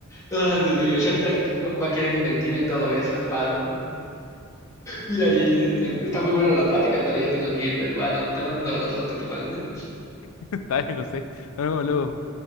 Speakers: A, on the left (about 15°); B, on the left (about 75°).
A: Ah, Dios mío, Shark Tank va, va a querer invertir en todo eso, hermano. Mira, Ariel, este, está muy buena la plática, pero ya tengo que irme, hermano. Te mando un abrazote, ¿te parece?
B: <laughs> Está bien, José. Nos vemos luego.